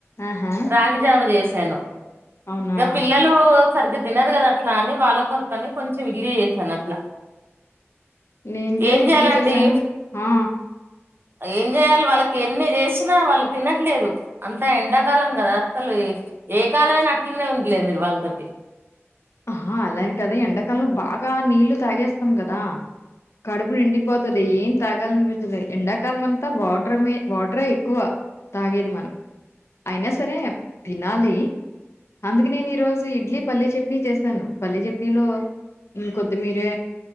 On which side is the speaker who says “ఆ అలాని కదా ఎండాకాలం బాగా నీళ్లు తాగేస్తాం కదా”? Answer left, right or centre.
Left